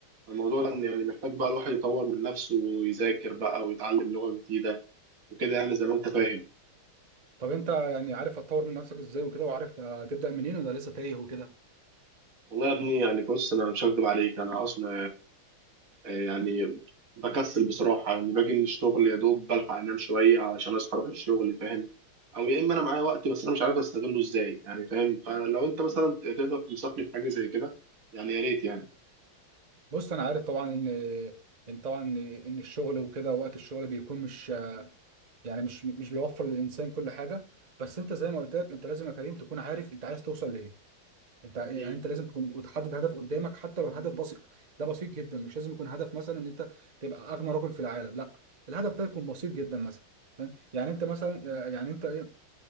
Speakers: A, on the right; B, on the right.
A: الموضوع ده إن يعني محتاج بقى الواحد يطور من نفسه ويذاكر بقى ويتعلم لغه جديده وكده يعني زي ما انت فاهم
B: طب انت يعني عارف هتطور من نفسك ازاي وكده وعارف هتبدا منين ولا لسه تايه وكده
A: والله يا ابني يعني بص انا مش هكدب عليك انا اصلا يعني بكسل بصراحة يعني باجي من الشغل يا دوب بلحق أنام شوية علشان أصحى أروح الشغل فاهم أو يا إما أنا معايا وقت بس أنا مش عارف أستغله إزاي يعني فاهم فلو أنت مثلا تقدر تنصحني في حاجة زي كده يعني يا ريت يعني
B: بص انا عارف طبعا ان ان طبعا ان الشغل وكده وقت الشغل بيكون مش يعني مش مش بيوفر للانسان كل حاجه بس انت زي ما قلت لك انت لازم يا كريم تكون عارف انت عايز توصل لايه انت يعني
A: مم.
B: انت لازم تكون وتحدد هدف قدامك حتى لو الهدف بسيط ده بسيط جدا مش لازم يكون هدف مثلا ان انت تبقى اغنى رجل في العالم لا الهدف ده يكون بسيط جدا مثلا فاهم يعني انت مثلا يعني انت ايه